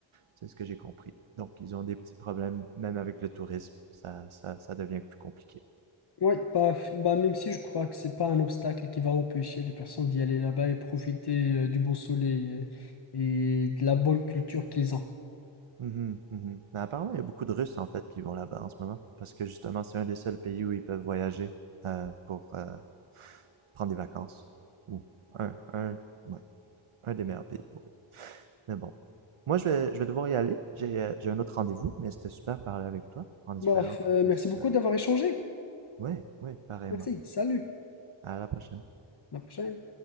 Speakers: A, on the right; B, on the left.
A: C'est ce que j'ai compris. Donc, ils ont des petits problèmes, même avec le tourisme. Ça, ça, ça devient plus compliqué.
B: Ouais, bah, f- bah, même si je crois que c'est pas un obstacle qui va empêcher les personnes d'y aller là-bas et profiter euh, du beau soleil euh, et de la bonne culture qu'ils ont.
A: Mhm, mhm. Mais apparemment, il y a beaucoup de Russes, en fait, qui vont là-bas en ce moment. Parce que justement, c'est un des seuls pays où ils peuvent voyager euh, pour euh, prendre des vacances. Ou un, un, ouais, un des meilleurs pays pour Mais bon. Moi, je vais, je vais devoir y aller. J'ai, euh, j'ai un autre rendez-vous, mais c'était super de parler avec toi, en espérant
B: Bref,
A: qu'on
B: euh,
A: puisse...
B: merci beaucoup
A: euh,
B: d'avoir échangé.
A: Ouais, ouais, pareillement.
B: Merci, salut,
A: À la prochaine.
B: à la prochaine.